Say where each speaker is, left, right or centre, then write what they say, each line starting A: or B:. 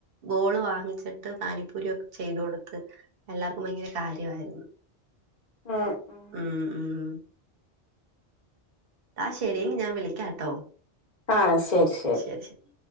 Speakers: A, on the right; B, on the left.
A: ബോൾ വാങ്ങിച്ചിട്ട് പാനിപ്പൂരി ഒക്കെ ചെയ്തു കൊടുത്ത് എല്ലാവർക്കും ഭയങ്കര കാര്യായിരുന്നു.
B: ആഹ് ആഹ്
A: ഉം ഉം. ആ ശരി ഞാൻ വിളിക്കാട്ടോ.
B: ആ ശരി ശരി.
A: <unintelligible>